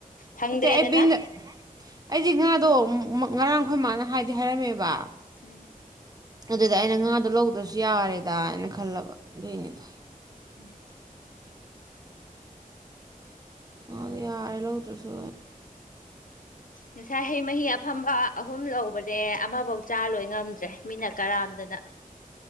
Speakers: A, on the left (about 65°); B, on the right (about 25°).
A: ꯐꯪꯗ꯭ꯔꯦꯗꯅ
B: ꯑ ꯑꯩꯕ ꯑꯩꯗꯤ ꯉ ꯑꯗꯣ ꯉꯔꯥꯡ ꯑꯩꯈꯣꯏ ꯃꯥꯅ ꯍꯥꯏꯗꯤ ꯍꯥꯏꯔꯝꯃꯦꯕ
A: ꯎꯝ
B: ꯑꯗꯨꯗ ꯑꯩꯅ ꯉꯥꯗꯣ ꯂꯧꯗ꯭ꯔꯁꯨ ꯌꯥꯔꯦꯗ ꯍꯥꯏꯅ ꯈꯜꯂꯕ ꯑꯗꯨꯏꯅꯤꯗ
A: ꯎꯝ
B: ꯑ ꯌꯥꯔꯦ ꯂꯧꯗ꯭ꯔꯁꯨ
A: ꯉꯁꯥꯏ ꯍꯩ ꯃꯍꯤ ꯑꯐꯝꯕ ꯑꯍꯨꯝ ꯂꯧꯕꯅꯦ ꯑꯃꯐꯧ ꯆꯥ ꯂꯣꯏ ꯉꯝꯗ꯭ꯔꯦ ꯃꯤꯠꯅ ꯀꯔꯥꯝꯗꯅ